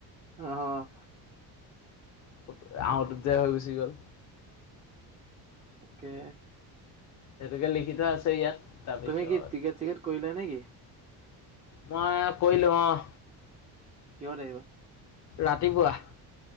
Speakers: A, on the right (about 20°); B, on the left (about 45°).
A: আহ
B: ফটো আউটঅত যে হৈ গুচি গ'ল।
A: তাকে।
B: সেইটোকে লিখি থোৱা আছে ইয়াত তাৰপিছত
A: তুমি কি টিকেট চিকেট কৰিলা নেকি?
B: মই কৰিলো অঁ।
A: কিহত আহিবা?
B: ৰাতিপুৱা